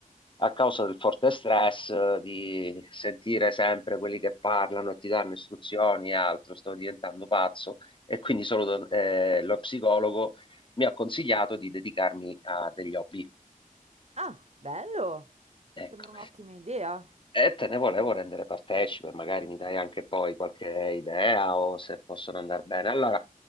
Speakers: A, on the left (about 35°); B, on the right (about 45°).
A: a causa del forte stress, eh, di sentire sempre quelli che parlano e ti danno istruzioni e altro, sto diventando pazzo e quindi solo, do- eh, lo psicologo mi ha consigliato di dedicarmi a degli hobby.
B: Ah, bello,
A: Ecco.
B: mi sembra un'ottima idea.
A: E te ne volevo rendere partecipe, magari mi dai anche poi qualche idea o se possono andare bene. Allora,